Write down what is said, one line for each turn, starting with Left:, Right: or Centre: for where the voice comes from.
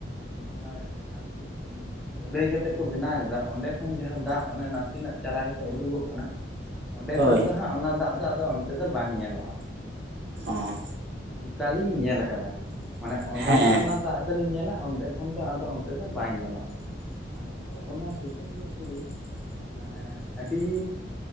Centre: ᱚᱱᱟ ᱟᱨᱠᱤ ᱰᱷᱟᱹᱞᱟᱹᱭ ᱠᱟᱛᱮᱫ ᱠᱚ ᱵᱮᱱᱟᱣ ᱟᱠᱟᱫᱟ, ᱚᱸᱰᱮ ᱠᱷᱚᱱ ᱡᱟᱦᱟᱸ ᱫᱟᱜ ᱚᱱᱮ ᱱᱟᱥᱮᱱᱟ ᱪᱟᱞᱟ ᱠᱟᱛᱮᱫ ᱳᱰᱚᱜᱚᱜ ᱠᱟᱱᱟ᱾ ᱚᱸᱰᱮ
Right: ᱦᱳᱭ
Centre: ᱠᱷᱚᱱ ᱫᱚ ᱦᱟᱸᱜ ᱚᱱᱟ ᱫᱟᱜ ᱫᱚ ᱟᱫᱚ ᱚᱱᱛᱮ ᱫᱚ ᱵᱟᱝ ᱧᱮᱞᱚᱜᱼᱟ᱾
Right: ᱚᱸ᱾
Centre: ᱚᱱᱠᱟ ᱞᱤᱧ ᱧᱮᱞ ᱟᱠᱟᱫᱟ, ᱢᱟᱱᱮ ᱚᱸᱰᱮ
Right: ᱦᱮᱸ
Centre: ᱜᱮ ᱚᱱᱟ ᱫᱟᱜ ᱫᱚᱞᱤᱧ ᱧᱮᱞᱟ, ᱚᱸᱰᱮ ᱠᱷᱚᱱ ᱫᱚ ᱟᱫᱚ ᱚᱱᱛᱮ ᱫᱚ ᱵᱟᱝ ᱧᱮᱞᱚᱜᱼᱟ᱾ ᱟᱨᱦᱚᱸ ᱚᱱᱟ ᱥᱩᱥᱩᱱᱤᱭᱟᱹ ᱵᱩᱨᱩ ᱮᱸᱻ ᱟᱹᱰᱤ